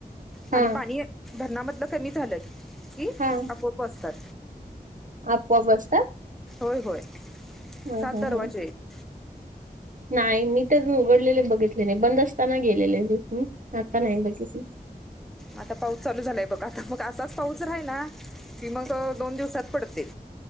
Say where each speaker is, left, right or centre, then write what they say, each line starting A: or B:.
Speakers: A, on the right; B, in the centre.
A: हा
B: आणि पाणी धरणामधलं कमी झालं की
A: हा
B: आपोआप बसतात.
A: आपोआप बसतात.
B: होय-होय,
A: हम्म
B: सात
A: हम्म
B: दरवाजे
A: हम्म.
B: आहेत.
A: नाही, मी तर उघडलेले बघितले नाही, बंद असताना गेलेले, आता नाही बघितले.
B: आता पाऊस चालू झालाय बघ. आता मग असाच पाऊस राहिला की मग दोन दिवसांत पडतील,